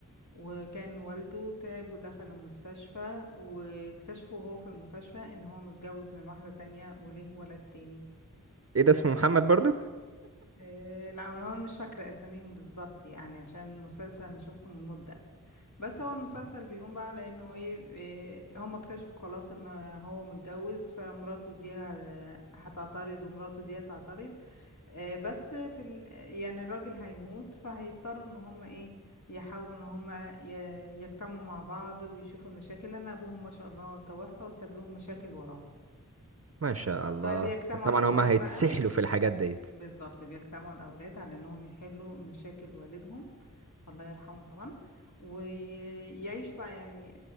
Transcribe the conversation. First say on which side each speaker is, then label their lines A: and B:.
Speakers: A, on the left; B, on the right.
A: وكان والده تعب ودخل المستشفى واكتشفوا وهو في المستشفى ان هو متجوز من واحدة تانية وليه ولد تاني
B: ايه ده اسمه محمد برضو
A: آه، لا انا مش فاكرة اساميهم بالظبط يعني عشان مسلسل انا شفته من مدة بس هو المسلسل بيقوم بقى على انه ايه إيه، هم اكتشفوا خلاص ان هو متجوز فمراته دي ه- هتعترض ومراته دي هتعترض آه، بس في ال... يعني الراجل هيموت فهيضطروا ان هم ايه يحاولوا ان هم ي... يجتمعوا مع بعض ويشوفوا المشاكل لان ابوهم ما شاء الله توفى وساب لهم مشاكل وراه
B: ما شاء الله
A: فبيجتمعوا
B: طبعا
A: الاولاد
B: هما هيتسحلوا
A: بقى
B: في الحاجات ديت
A: بالظبط بيجتمعوا الاولاد على انهم يحلوا مشاكل والدهم الله يرحمه طبعا ويعيشوا بقى يعني